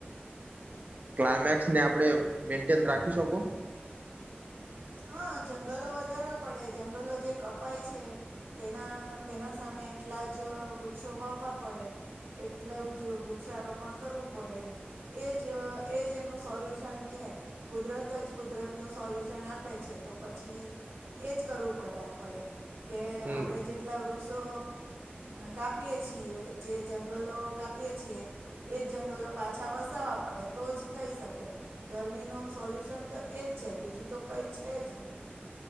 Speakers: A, on the right; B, on the right.
A: ક્લાયમેક્સને આપણે મેન્ટેન રાખી શકો?
B: હા જંગલો વધારવા પડે જંગલો જે કપાય છે તેના તેના સામે એટલા જ વૃક્ષો વાવવા પડે એટલું જ વૃક્ષારોપણ કરવું પડે એ જ એજ એનું સોલ્યુશન છે. કુદરત જ કુદરતનું સોલ્યુશન આપે. આપે છે તો પછી એજ કરવું પડે આપડે. કે
A: હમ
B: આપણે જેટલા વૃક્ષો કાપીએ છીએ જે જંગલો કાપીએ છીએ એજ જંગલો પાછા વસાવવા પડે તો જ થઈ શકે. ગરમીનું સોલ્યુશન તો એજ છે. બીજું તો કંઈ છે જ નહીં.